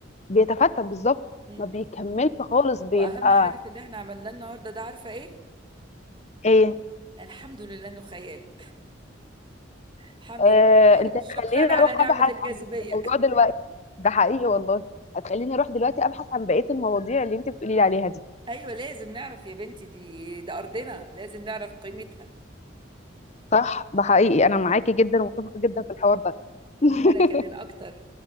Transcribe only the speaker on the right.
مم.
واهم حاجه في اللي احنا عملناه النهارده ده عارفه ايه
الحمد لله انه خيال الحمد
لله
شكرا على
نعمة
الجاذبية
<laughs> أيوة لازم نعرف يا بنتي دي ده أرضنا لازم نعرف قيمتها
وأنا كمان أكتر